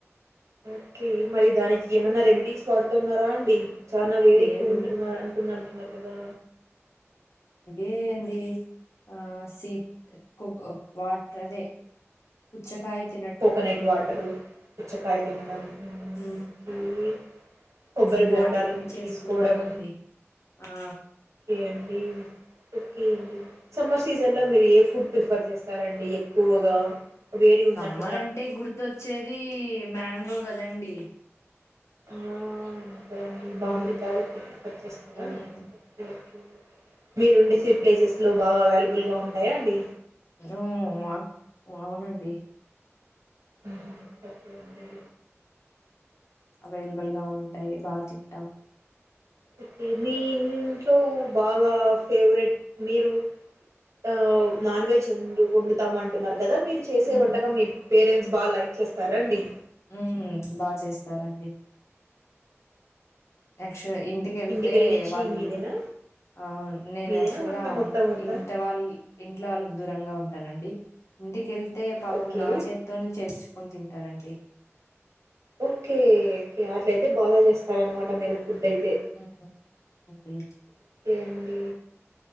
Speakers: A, on the right; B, on the left.
A: ఓకే మరి దానికి ఏమన్నా రెమెడీస్ వాడుతున్నారా అండి చానా వేడెక్కువ
B: ఏం
A: ఉంటున్నారు అంటుంద అంటున్నారు కదా
B: ఏ అండి ఆ సీత్ కు వాటర్ అదే పుచ్చ కాయ తి
A: కోకోనట్ వాటరు పుచ్చకాయ తినడం మంచ.
B: హ్మ్
A: ఇయీ కొబ్బరి
B: ఇలాంటివన్నీ
A: బోండాలు
B: చేస్తుంటానండి.
A: తీసుకోవడం
B: ఆ
A: ఏండీ ఓకే అండి సమ్మర్ సీజన్లో మీరు ఏ ఫుడ్ ప్రిఫర్ చేస్తారండి క్కువగా వేడి ఉందంట
B: మ్మరండి గుర్తొచ్చేది మ్యాంగో కదండి
A: ఆ... అంతే అండి మామిడికాయ ఎక్కువ ప్రిఫర్ చేస్తారా
B: హ్మ్
A: ఓకే మీరుండేస ప్లేసెస్ లో బాగా అవైలబుల్ గా ఉంటాయా అండి
B: ఉమ్,. మా అవునండి
A: మ్మ్. ఓకే అండి
B: అవైలబుల్ గా ఉంటాయి బా తింటాం
A: ఒకే మీ ఇంట్లో బాగా ఫేవరెట్ మీరు ఆ నాన్ వెెజ్ ఉండు వండుతామంటన్నారు కదా మీరు చేసే
B: హ్మ్
A: వంటకం మీ పేరెంట్స్ బా లైక్ చేస్తారండి
B: ఉమ్ బా చేస్తారండి యాక్చుల్ ఇంటికెళ్తే
A: ఇంటికెళ్ళనిచ్చి
B: వాళ్ళు
A: మీదేనా
B: అవు నేను
A: మీదేనా
B: యాక్చువల్
A: వంట
B: గా
A: మొత్తం అంతా
B: ఇంట్ వాళ్ళ ఇంట్లో వాళ్ళకి దూరంగా ఉంటు టానండి ఇంటికెళ్తే పాపం
A: ఓకే
B: నా చేత్తోనే చేపిచుకొని తింటారండి
A: ఓకే ఓకే అట్లయితే బాగా చేస్తారనమాట మీరు ఫుడ్ అయితే
B: హ్మ్ అండి
A: ఓకే అండి